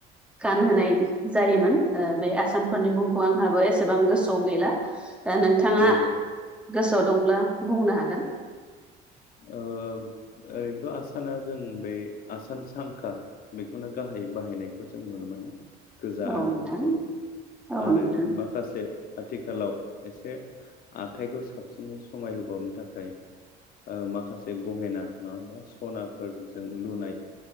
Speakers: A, in the centre; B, on the left.
A: गानहोनाय जायोमोन ओ बे आसानफोरनि मुंखौ आंहाबो एस सेबां गोसोआव गैला दा नोंथाङा
B: नंगौ
A: गोसोआव दंब्ला बुंनो हागोन।
B: ओ ओरैनोथ' आसाना जों बे आसान सांखा बेखौनो गाहायै बाहायनायखौ जों नुनो मोनो। गोजा
A: औ
B: आरो
A: नोंथां
B: गुफुर
A: औ
B: आरो
A: नोंथां
B: माखासे आथिखालाव एसे आखाइखौ साबसिनै समाय होबावनो थाखाय ओ माखासे गहेना नङा होमबा सनाफोरजों लुनाय